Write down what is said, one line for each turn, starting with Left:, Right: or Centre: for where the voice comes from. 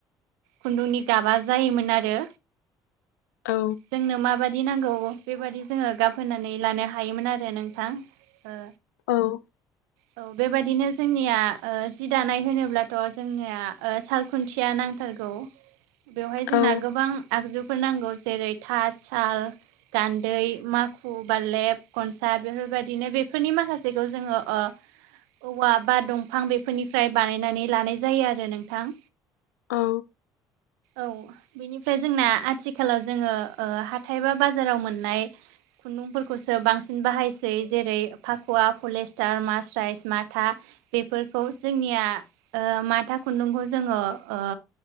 Right: खुन्दुंनि गाबा जायोमोन आरो
Left: औ
Right: जोंनो माबादि नांगौ बेबादि जोङो गाबहोनानै लानो हायो। हायोमोन आरो नोंथां ओ
Left: औ-
Right: औ बेबादिनो जोंनिया ओ जि दानाय होनोब्लाथ' जोंनिया सालखुन्थिया नांथारगौ
Left: <inaudible>
Right: बेवहाय जोंना
Left: औ
Right: गोबां आगजुफोर नांगौ जेरै- थाद, साल, गान्दै, माखु, बारलेब, खनसाद बेफोरबायदिनो बेफोरनि माखासेखौ जोङो ओ औवा बा दंफां बेफोरनिफ्राय बानायनानै लानाय जायो आरो नोंथां
Left: औ
Right: औ- बेनिफ्राय जोंना आथिखालाव जोङो ओ हाथाय बा बाजाराव मोननाय खुन्दुंफोरखौ सो बांसिन बाहायसै जेरै फाखुवा, पलेस्टार, मास्राइस, माथा बेफोरखौ जोंनिया ओ माथा खुन्दुंखौ जोङो ओ